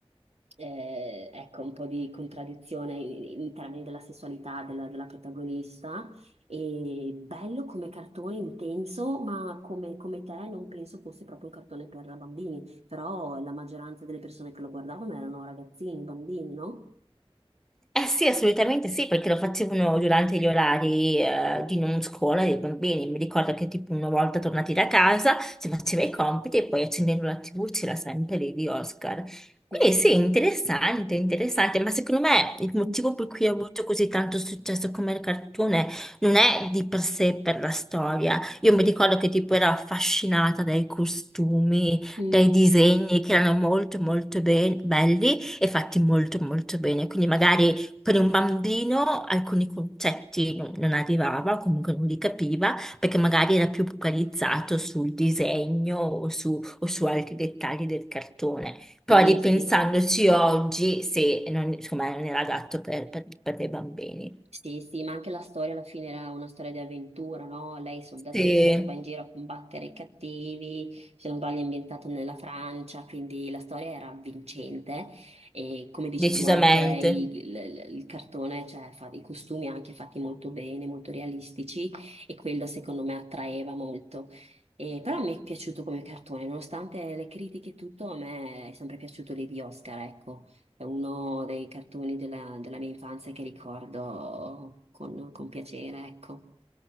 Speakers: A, on the right; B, in the centre.
A: eh, ecco, un po' di contraddizione in, in termini della sessualità della, della protagonista. E bello come cartone, intenso, ma come, come te non penso fosse proprio un cartone per bambini, però la maggioranza delle persone che lo guardavano erano ragazzini, bambini, no?
B: Eh sì, assolutamente sì, perché lo facevano durante gli orari eh, di non scuola dei bambini. Mi ricordo che tipo una volta tornati da casa si faceva i compiti e poi accendendo la TV c'era sempre lì di Oscar. Quindi
A: Sì.
B: sì, interessante, interessante, ma secondo me il motivo
A: Mm,
B: per cui ha avuto così tanto successo come il cartone non è di per sé per la storia. Io
A: mm,
B: mi ricordo che tipo ero affascinata dai costumi,
A: mm.
B: dai disegni che erano molto molto be- belli e fatti molto molto bene. Quindi magari per un bambino alcuni concetti non, non arrivava, comunque non li capiva, perché magari era più focalizzato sul disegno o su, o su altri dettagli del cartone. Però
A: Sì,
B: ripensandoci
A: sì,
B: oggi, sì, non, insomma, non era adatto per, per, per dei bambini.
A: Sì, sì, ma anche la storia alla fine era una storia di avventura, no? Lei soldatessa
B: Sì,
A: che va in giro a combattere i cattivi, se non sbaglio è ambientata nella Francia, quindi la storia era avvincente e come dici
B: decisamente.
A: tu anche il, il- il cartone, cioè fa dei costumi anche fatti molto bene, molto realistici e quello secondo me attraeva molto. E, però mi è piaciuto come cartone, nonostante le critiche e tutto, a me è sempre piaciuto lì di Oscar, ecco. È uno dei cartoni della, della mia infanzia che ricordo con, con piacere, ecco.